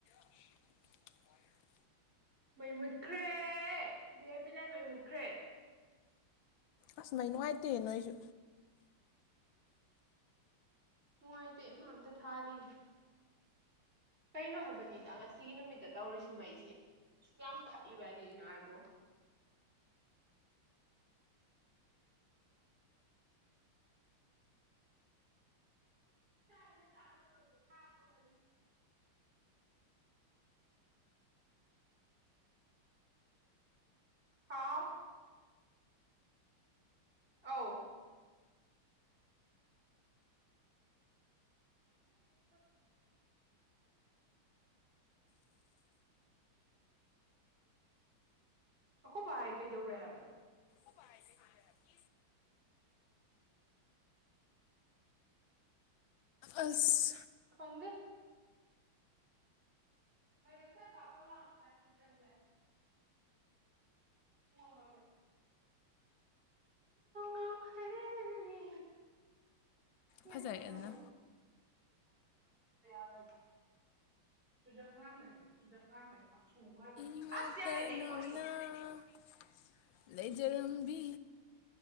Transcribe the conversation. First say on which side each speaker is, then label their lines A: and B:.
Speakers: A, on the left; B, on the right.
A: ꯍꯥ <inaudible>
B: ꯃꯩ ꯃꯨꯠꯈ꯭ꯔꯦ ꯕꯤꯑꯥꯏꯄꯤ ꯂꯥꯏ ꯃꯩ ꯃꯨꯠꯈ꯭ꯔꯦ
A: ꯑꯁ ꯃꯩ ꯅꯨꯡꯉꯥꯏꯇꯦ ꯅꯣꯏꯁꯨ
B: ꯅꯨꯡꯉꯥꯏꯇꯦ ꯏꯃꯥ ꯑꯝꯇ ꯊꯥꯜꯂꯤꯒꯦ ꯀꯩꯅꯣ ꯍꯥꯏꯕꯅꯤꯗ ꯉꯁꯤꯒꯤ ꯅꯨꯃꯤꯠꯇ ꯇꯧꯔꯤꯁꯤ ꯃꯩꯁꯦ ꯁꯨꯛ ꯌꯥꯝ ꯈꯠꯂꯤꯕꯥꯏ ꯀꯩꯒꯤꯅꯣ ꯑꯥꯏꯕꯨ ꯆꯥ ꯀ <inaudible> ꯍꯥꯎ ꯑꯧ <unintelligible> ꯍ <inaudible> ꯑꯈꯣꯕ ꯕꯥꯑꯥꯏ ꯀꯩꯗꯧꯔꯦ ꯍꯥꯏꯕꯅꯣ
A: ꯑꯈꯣꯕꯥ ꯔꯥꯏ ꯀꯩꯗꯧꯔꯦ ꯍꯥꯏꯕꯅꯣ <unintelligible> ꯑꯥꯁ
B: ꯈꯪꯗꯦ ꯃꯩ ꯑꯝꯇ ꯀꯥꯞꯄꯣꯂꯥꯎ <unintelligible> ꯄꯨꯡꯃꯝ ꯃꯝꯃꯦ ꯉꯥꯎꯍꯜꯂꯤ ꯌꯥ
A: ꯐꯖꯩ ꯑꯗꯨꯅ
B: <inaudible> <unintelligible>
A: ꯏꯉꯥꯎꯇ
B: ꯌꯥꯔꯦꯅꯦ
A: ꯉꯥꯎꯅ
B: ꯀꯔꯤꯅꯣ
A: <unintelligible> ꯂꯩꯖꯔꯝꯕꯤ